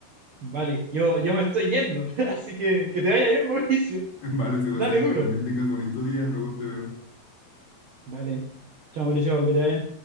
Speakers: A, on the right; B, on the left.
A: Vale, yo, yo me estoy yendo, <laughs> así que que te vaya bien, Mauricio.
B: Vale, Sebastián,
A: Dale duro.
B: que también tengas bonito día. Luego te veo.
A: Vale, chao, Mauricio, que te vaya bien.